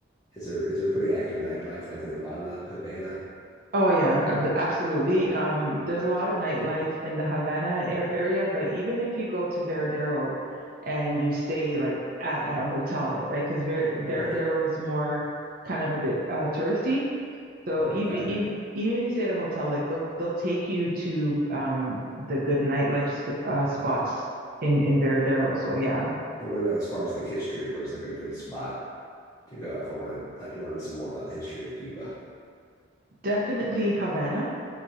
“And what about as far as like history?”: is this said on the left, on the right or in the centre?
Left